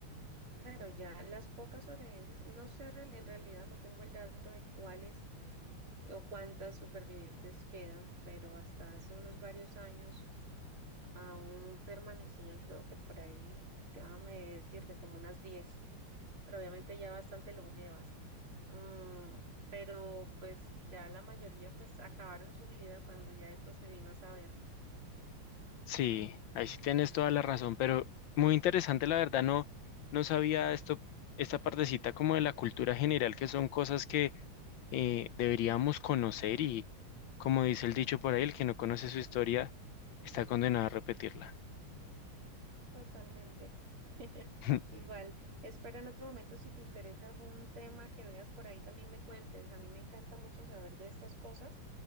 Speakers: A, on the right; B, on the left.
A: Claro, ya las pocas sobrevivientes, no sé, real- en realidad no tengo el dato de cuáles o cuántas supervivientes quedan, pero hasta hace unos varios años. Aún permanecían, creo que por ahí, déjame decir, de como unas 10 pero obviamente ya bastante longevas. Mm, pero pues ya la mayoría pues acabaron su vida cuando ya esto se vino a saber.
B: Sí, ahí sí tienes toda la razón, pero muy interesante, la verdad, no, no sabía esto, esta partecita como de la cultura general, que son cosas que eh, deberíamos conocer y, como dice el dicho por ahí, el que no conoce su historia está condenado a repetirla.
A: Totalmente. <laughs>
B: <laughs>
A: Igual, espero en otro momento si te interesa algún tema que veas por ahí también me cuentes. A mí me encanta mucho saber de estas cosas